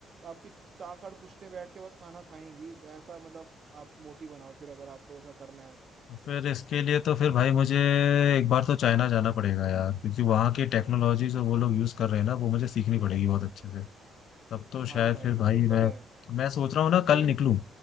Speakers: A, on the right (about 50°); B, on the left (about 70°).
A: आपकी सात आठ पुश्तें बैठ के बस खाना खाएंगी वैसा मतलब आप मोटी बनाओ फिर अगर आपको ऐसा करना है तो
B: तो फिर इसके लिए तो फिर भाई मुझे एक बार तो चाइना जाना पड़ेगा यार क्योंकि वहाँ की टेक्नोलॉजी जो वो लोग यूज़ कर रहे हैं ना वो मुझे सीखनी पड़ेगी बहुत अच्छे से तब तो शायद
A: हाँ भाई
B: फिर भाई
A: वो तो
B: मैं
A: है
B: मैं सोच रहा हूँ ना
A: तो सेम
B: कल निकलूं